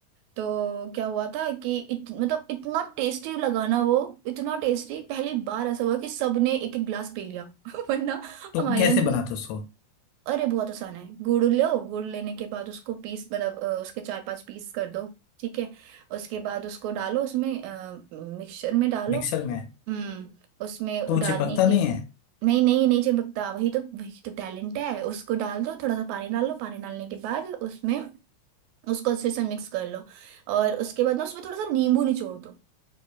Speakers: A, on the right (about 80°); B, on the left (about 80°).
A: तो क्या हुआ था कि इत, मतलब इतना टेस्टी लगा ना वो इतना टेस्टी पहली बार ऐसा हुआ कि सबने एक एक ग्लास पी लिया <laughs> वरना
B: तो
A: हमारे
B: हम्म। कैसे
A: यहाँ जूस
B: बनाते हो उसको
A: अरे बहुत आसान है गुड़ लो गुड़ लेने के बाद उसको पीस मतलब अ, उसके चार पांच पीस कर दो ठीक है उसके बाद उसको डालो उसमें मिक्सचर में डालो
B: मिक्सर में
A: हम्म उसमें
B: तो वो
A: डालने
B: चिपकता नहीं
A: के
B: है
A: नहीं नहीं नहीं चिपकता वही तो वही तो टैलेंट है उसको डाल दो थोड़ा सा पानी डालो पानी डालने के बाद उसमें उसको अच्छे से मिक्स कर लो और उसके बाद ना उसमें थोड़ा सा नींबू निचोड़ दो